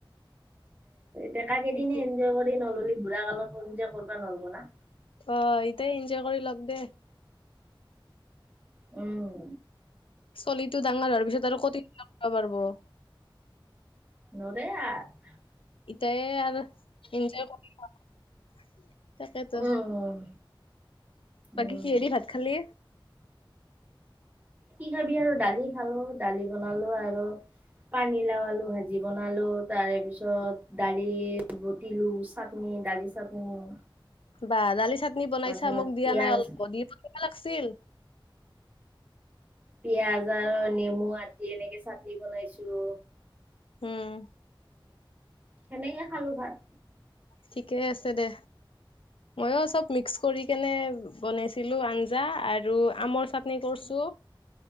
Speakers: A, on the right; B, on the left.
A: ডেকা কেইদিনে
B: এতিয়া
A: এনজয় কৰি নললি বুঢ়া কালত কৰিজা কৰিবা নোৱৰব না
B: অ ইতায়ে এনজয় কৰি লক দে।
A: উম।
B: চলিটো ডাঙৰ হোৱাৰ পিছত আৰু কটিত কৰিব পাৰিব।
A: নৰে আৰ।
B: ইটায়ে আৰু এনজয় <unintelligible> তাকেতো।
A: উম
B: বাকি
A: উম
B: কিহেদি ভাত খালি?
A: ছাবি আৰু দালি খালো দালি বনালো আৰু পানী লাও আলু ভাজি বনালো তাৰে পিছত তাৰপিছত দালি বতিলো চাটনি দালি চাটনি।
B: বাহ দালি চাটনি বনাইছা
A: তাৰপিছত
B: মোক দিয়া
A: পিয়াজ
B: নাই অলপ দি বনিবা লাগিছিল।
A: পিয়াজ আৰু নেমু আদি এনেকে চাটনি বনাইছোঁ।
B: উম,
A: সেনেকে খালোঁ ভাত।
B: ঠিকে আছে দে। ময়ো চব মিক্স কৰি কেনে বনাইছিলোঁ আঞ্জা আৰু আমৰ চাটনি কৰছো